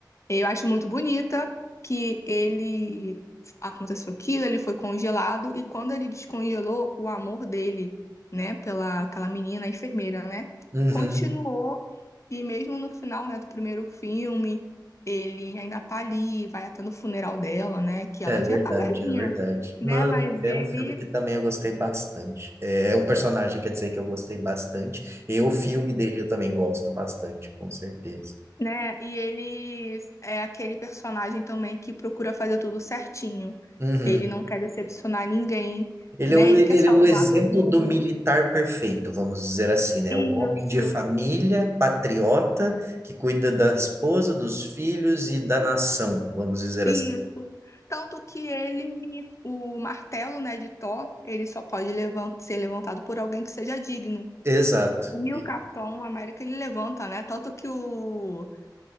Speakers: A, on the left (about 40°); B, on the right (about 35°).
A: Eu acho muito bonita que ele aconteceu aquilo, ele foi congelado e quando ele descongelou o amor dele, né, pela aquela menina, a enfermeira, né,
B: Uhum.
A: continuou e mesmo no final, né, do primeiro filme, ele ainda tá ali, vai até no funeral dela, né, que ela
B: É verdade,
A: já tá velhinha,
B: é verdade.
A: né,
B: Mano,
A: mas
B: é
A: ele
B: um filme que também eu gostei bastante. É é um personagem, quer dizer, que eu gostei bastante. E o filme dele eu também gosto bastante, com certeza.
A: Né? E ele é aquele personagem também que procura fazer tudo certinho.
B: Uhum.
A: Ele não quer decepcionar ninguém,
B: Ele
A: né?
B: é o,
A: Ele
B: ele
A: quer salvar
B: é o exemplo
A: todo mundo.
B: do militar perfeito, vamos dizer assim, né?
A: Isso,
B: O homem de família, patriota, que cuida da esposa, dos filhos e da nação, vamos dizer
A: isso.
B: assim.
A: Tanto que ele, o martelo, né, de Thor, ele só pode levan- ser levantado por alguém que seja digno.
B: Exato,
A: E
B: E-
A: o Capitão América ele levanta, né? Tanto que o